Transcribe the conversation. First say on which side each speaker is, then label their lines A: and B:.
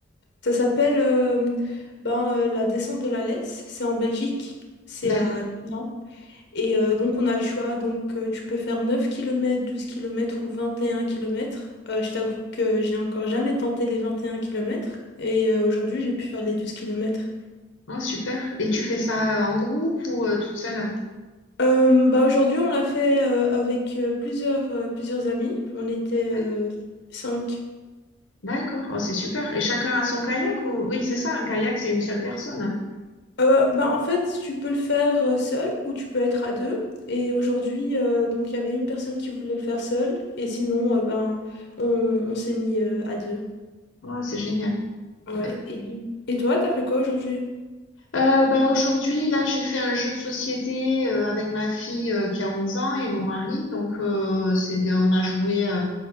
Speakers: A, on the left; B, on the left.
A: ça s'appelle euh, ben, euh, la descente de la Lesse. C'est en Belgique. C'est
B: d'accord.
A: à Dinan. Et euh, donc, on a le choix. Donc, euh, tu peux faire 9 km, 12 km ou 21 km. je t'avoue que j'ai encore jamais tenté les 21 km. Et euh, aujourd'hui, j'ai pu faire les 12 km.
B: Ah, super. Et tu fais ça euh, en groupe ou euh, toute seule?
A: Euh, bah aujourd'hui, on l'a fait euh, avec euh, plusieurs, euh, plusieurs amis. On était
B: Oui.
A: euh, cinq.
B: D'accord, Oh, c'est super. Et chacun a son kayak ou... Oui, c'est ça, un kayak, c'est une seule personne.
A: Euh, bah en fait, tu peux le faire euh, seul ou tu peux être à deux. Et aujourd'hui, euh, donc il y avait une personne qui voulait le faire seule. Et sinon, euh, ben, on, on s'est mis euh, à deux.
B: Ah, c'est génial.
A: Ouais.
B: Ouais.
A: Et, du- et toi, t'as fait quoi aujourd'hui?
B: Euh, ben aujourd'hui, là, j'ai fait un jeu de société euh, avec ma fille euh, qui a 11 ans et mon mari. Donc, euh, c'est de- on a joué. euh,